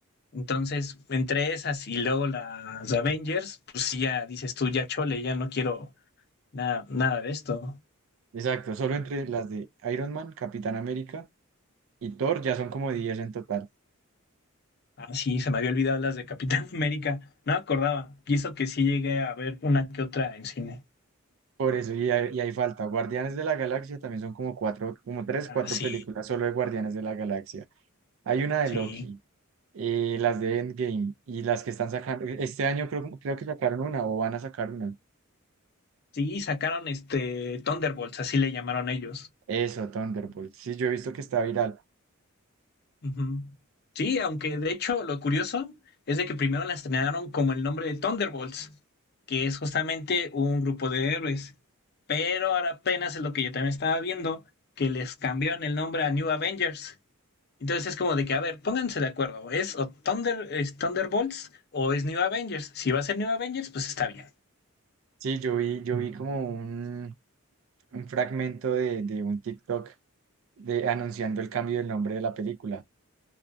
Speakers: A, on the left; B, on the right.
A: entonces entre esas y luego las Avengers, pues sí, ya dices tú, ya chole, ya no quiero nada, nada de esto.
B: Exacto, solo entre las de Iron Man, Capitán América y Thor ya son como 10 en total.
A: Ah, sí, se me había olvidado las de Capitán <laughs> América, no me acordaba, y eso que sí llegué a ver una que otra en cine.
B: Por eso, y hay, y hay falta. Guardianes de la Galaxia también son como cuatro, como tres,
A: Ah,
B: cuatro
A: sí,
B: películas solo de Guardianes de la Galaxia. Hay una de
A: sí,
B: Loki, eh, las de Endgame y las que están sacando. Este año creo, creo que sacaron una o van a sacar una.
A: sí, sacaron este Thunderbolts, así le llamaron ellos.
B: Eso, Thunderbolt. Sí, yo he visto que está viral.
A: Ujú. Sí, aunque de hecho lo curioso es de que primero la estrenaron como el nombre de Thunderbolts, que es justamente un grupo de héroes. Pero ahora apenas es lo que yo también estaba viendo, que les cambiaron el nombre a New Avengers. Entonces es como de que, a ver, pónganse de acuerdo, ¿es o Thunder, es Thunderbolts o es New Avengers? Si va a ser New Avengers, pues está bien.
B: Sí, yo vi, yo vi como un, un fragmento de, de un TikTok de, anunciando el cambio del nombre de la película.